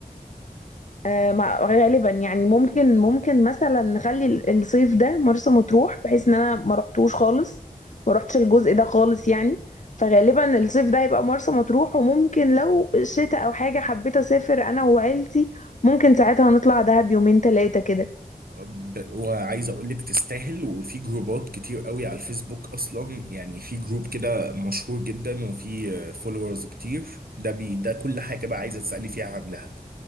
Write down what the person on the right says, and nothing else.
ب- وعايز أقولك تستاهل وفي جروبات كتير قوي على الفيسبوك أصلا يعني في جروب كده مشهور جدا وفي فولورز كتير ده بي ده كل حاجة بقى عايزة تسألي فيها عن دهب